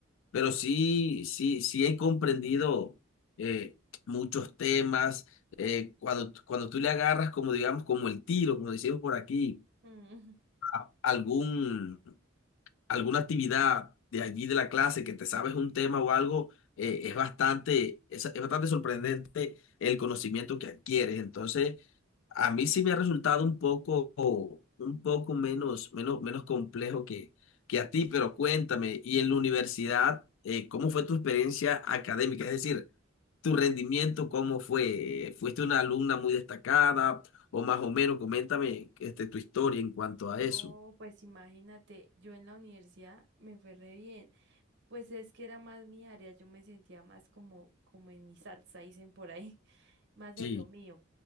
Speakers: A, on the left; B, on the right.
A: pero sí, sí, sí he comprendido eh, muchos temas. eh, cuando, cuando tú le agarras como, digamos, como el tiro, como decimos por aquí,
B: <laughs>
A: a- algún alguna actividad de allí de la clase que te sabes un tema o algo, eh, es bastante, es, es bastante sorprendente el conocimiento que adquieres. Entonces, a mí sí me ha resultado un poco, un poco menos, menos, menos complejo que, que a ti, pero cuéntame, y en la universidad, eh, ¿cómo fue tu experiencia académica? Es decir, tu rendimiento, ¿cómo fue? ¿Fuiste una alumna muy destacada? O más o menos, coméntame este, tu historia en cuanto
B: No,
A: a eso.
B: pues imagínate, yo en la universidad me fue re bien. Pues es que era más mi área, yo me sentía más como, como en mi salsa, dicen por ahí, <laughs> más
A: Sí.
B: en lo mío.